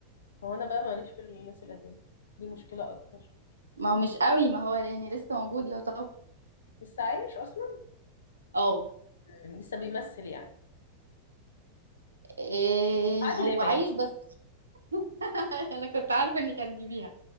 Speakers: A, on the left; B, on the right.
A: ما هو انا بقى ماليش في الناس القديمه دي مشكله اكبر
B: ما هو مش قوي ما هو يعني لسه موجود يعتبر
A: لسه عايش اصلا
B: اه
A: مم، لسه بيمثل يعني
B: إيه
A: عادل
B: هو
A: امام
B: عايش بس <laughs> انا كنت عارفه انك هتجيبيها